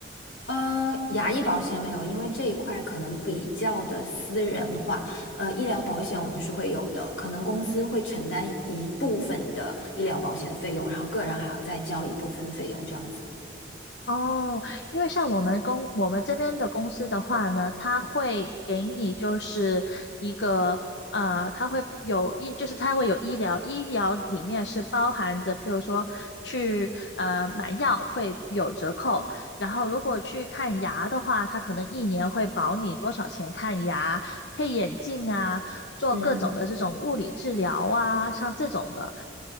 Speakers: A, on the left (about 85°); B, on the left (about 70°).
A: 呃，牙医保险没有，因为这一块可能比较的私人化。呃，医疗保险我们是会有的，可能公司会承担一部分的医疗保险费用，然后个人还要再交一部分的费用，这样子。
B: 哦，因为像我们公我们这边的公司的话呢，它会给你就是一个呃，它会有医，就是它会有医疗，医疗里面是包含着，譬如说去呃买药会有折扣，然后如果去看牙的话，它可能一年会保你多少钱看牙、配眼镜啊，做各种的这种物理治疗啊，
A: 嗯
B: 像这种的。